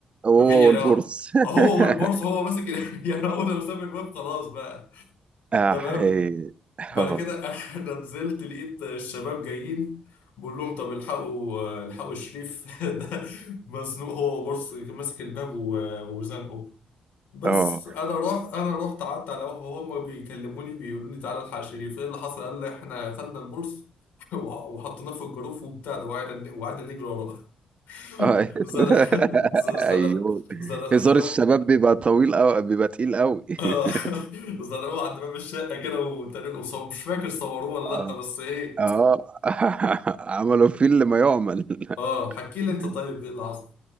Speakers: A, on the right (about 45°); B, on the left (about 80°).
A: هو
B: ما في يعني
A: والبورس
B: هو هو والبورصه
A: <laughs>
B: هو ماسك ال- <laughs> يعني هو لو ساب الباب خلاص بقى
A: احي
B: تمام
A: اه
B: بعد كده <laughs> انا نزلت لقيت الشباب جايين بقول لهم طب الحقوا الحقوا شريف <laughs> ده مزنوق هو بص ماسك الباب و- وزنقه بس
A: اه
B: انا رحت انا رحت قعدت على قهوه هم بيكلموني بيقولوا لي تعالى الحق شريف ايه اللي حصل قال لي احنا خدنا البورس <laughs> وح- وحطيناه في الجروف وبتاع ده وقعدنا وقعدنا نجري وراه <laughs>
A: آه.
B: زنق
A: <laughs>
B: زنق
A: ايوه
B: زنق
A: هزار
B: زنق
A: الشباب بيبقى طويل قوي بيبقى تقيل قوي <laughs>
B: <laughs> زنقوه عند باب الشقه كده وتريقوا مش فاكر صوروه ولا
A: اه
B: لا بس ايه
A: اه <laughs> عملوا فيه اللي ما يعمل
B: اه حكي لي
A: <laughs>
B: انت طيب ايه اللي حصل